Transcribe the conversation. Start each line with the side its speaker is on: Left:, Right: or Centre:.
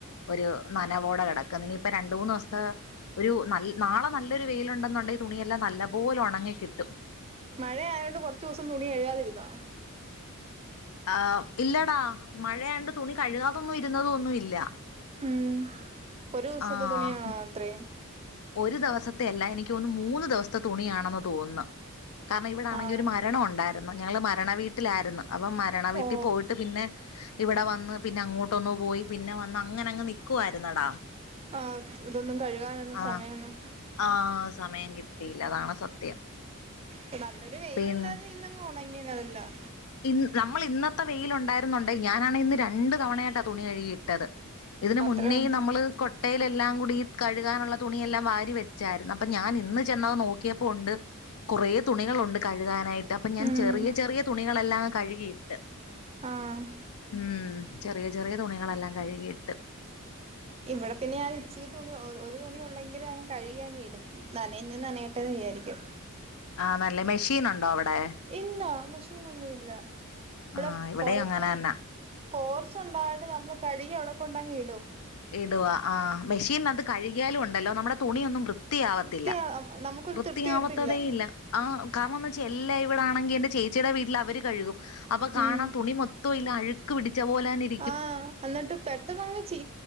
Left: ഒരു നനവോടെ കെടക്കന്ന് ഇനിയിപ്പ രണ്ട് മൂന്ന്സത്തെ ഒരു നല്ല നാളെ നല്ലൊരു വെയില്ണ്ടെന്ന്ണ്ടെങ്കി തുണിയെല്ലാം നല്ലപോലെ ഒണങ്ങി കിട്ടും.
Right: മഴയായോണ്ട് കൊറച്ചൂസം തുണികഴുകാതിര്ന്നോ
Left: ആഹ് ഇല്ലടാ മഴയാണ്ട് തുണി കഴ്കാതൊന്നും ഇര്ന്നതൊന്നുല്ല
Right: ഉം ഒരൂസത്തെ
Left: ആഹ്
Right: തുണിയാണോ അത്രേയും
Left: ഒരു ദെവസത്തെ അല്ലാ എനിക്കോന്നു മൂന്ന് ദിവസത്തെ തുണിയാണെന്ന് തോന്ന് കാരണം ഇവടാണെങ്കി
Right: ആഹ്
Left: ഒരു മരണം ഒണ്ടാരുന്നു ഞങ്ങള് മരണ വീട്ടിലാര്ന്ന് അപ്പൊ മരണ വീട്ടി
Right: ഓ
Left: പോയിട്ട് പിന്നെ ഇവടെ വന്ന് പിന്നെ അങ്ങോട്ടൊന്നു പോയി പിന്നെ വന്ന് അങ്ങനങ്ങ് നിക്കുവായിരുന്നെടാ
Right: ആഹ് ഇതൊന്നും കഴുകാനൊന്നും
Left: ആഹ്
Right: സമയൊന്നും
Left: ആഹ് സമയം കിട്ടീല്ലാ അതാണ് സത്യം
Right: ഇപ്പ നല്ലൊരു വെയിലുണ്ടാരുന്നേ
Left: പിൻ
Right: ഇന്നങ്ങ് ഒണങ്ങിയേനെ അതെല്ലാം
Left: ഇന്ന് നമ്മള് ഇന്നത്തെ വെയിലുണ്ടാര്ന്നുണ്ടേ ഞാനാണെ ഇന്ന് രണ്ട് തവണയായ്ട്ടാ തുണി കഴുകി ഇട്ടത് ഇതിന്
Right: അത്രേ
Left: മുന്നേയും
Right: ഉള്ളൂ
Left: നമ്മള് കൊ ട്ടേലെല്ലാം കൂടി ഈ കഴ്കാനുള്ള തുണിയെല്ലാം വാരി വെച്ചാര്ന്ന് അപ്പൊ ഞാൻ ഇന്ന് ചെന്നത് നോക്കിയപ്പോണ്ട് കൊറേ തുണികളുണ്ട് കഴ്കാനായി- ട്ട് അപ്പഞാൻ
Right: ഉം
Left: ചെറിയ ചെറിയ തുണികളെല്ലാം കഴ്കിയിട്ട്
Right: ആഹ്
Left: ഉം ചെറിയ ചെറിയ തുണികളെല്ലാം കഴ്കിയിട്ട്
Right: ഇവടെ പിന്നെ ഞാൻ ഇച്ചിരി തുണി ഓ ഒ ഒരു തുണി ഒള്ളെങ്കിലു ഞാനത് കഴ്കിയങ്ങിടും നനയുന്നേ നനയേട്ടെന്ന് വിചാരിക്കും
Left: ആഹ് നല്ലേ മെഷീനൊണ്ടോ അവടെ
Right: ഇല്ലാ മെഷീനൊന്നും ഇല്ല ഇബടെ
Left: ആ ഇവിടെയും
Right: പൊറത്ത്
Left: അങ്ങനെ തന്നെ
Right: പോർച്ച് ഉണ്ടായൊണ്ട് നമ്മള് കഴ്കി അവടെ കൊണ്ടങ്ങി ഇടും
Left: ഇടുവാ ആഹ് മെഷീനാത്ത് കഴ്കിയാലും ഉണ്ടല്ലോ നമ്മടെ തുണിയൊന്നും വൃത്തിയാവത്തില്ല
Right: വൃത്തിയാ നമുക്കൊരു
Left: വൃത്തിയാവത്തതേ
Right: തൃപ്തി വരത്തില്ല
Left: ഇല്ലാ ആഹ് കാരണെന്താച്ചാ എല്ലായിവടെണെങ്കി എന്റെ ചേച്ചീടെ വീട്ടിലവര് കഴ്കും അപ്പൊ കാണാം
Right: ഉം
Left: തുണി മൊത്തൊയില് അഴ്ക്ക് പിടിച്ചപോലന്നെ ഇ
Right: ആഹ് അന്നിട്ട് പെട്ടെന്നങ്ങ് ചീ